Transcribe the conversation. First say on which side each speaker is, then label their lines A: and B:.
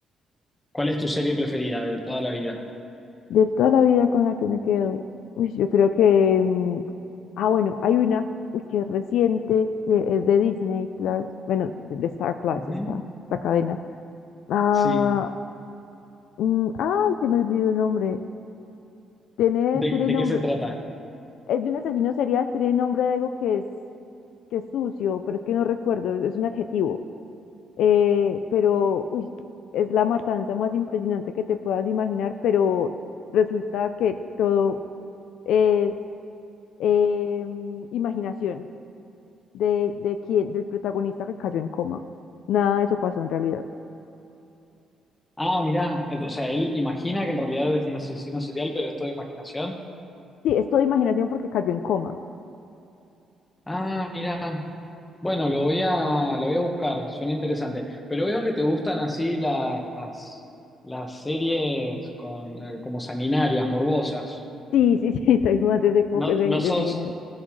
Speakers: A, on the left; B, on the left.
A: ¿Cuál es tu serie preferida de toda la vida?
B: De toda la vida con la que me quedo, uy, yo creo que... mm, Ah, bueno, hay una, uy, que es reciente, que es de Disney Plus, bueno, de de Star Plus,
A: Ujú,
B: esta, esta cadena. Ah,
A: Sí.
B: mm, ay, se me olvidó el nombre. Tiene,
A: ¿De,
B: tiene
A: de
B: nombre.
A: qué se trata?
B: Es de un asesino serial, tiene nombre de algo que es, que es sucio, pero es que no recuerdo, es un adjetivo. Eh, pero, uy, es la matanza más impresionante que te puedas imaginar, pero resulta que todo es em, imaginación de, de quién, del protagonista que cayó en coma. Nada de eso pasó en realidad.
A: Ah, mirá, eh, o sea, él imagina que en realidad es un asesino serial, pero es todo imaginación.
B: Sí, es todo imaginación porque cayó en coma.
A: Ah, mirá. Bueno, lo voy a, lo voy a buscar, suena interesante. Pero veo que te gustan así las, las series con, eh, como sanguinarias, morbosas.
B: Sí, sí, <laughs> sí, soy más de ese, po- de,
A: No,
B: de
A: no sos,
B: ese género.